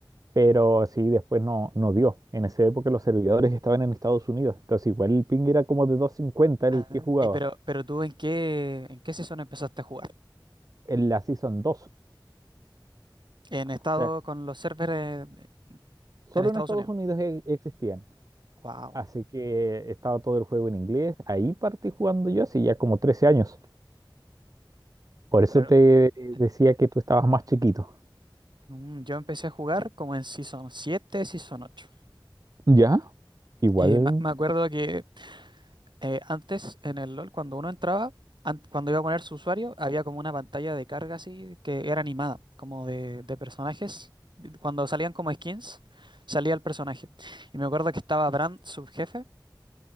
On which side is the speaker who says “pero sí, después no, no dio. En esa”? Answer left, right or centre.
Right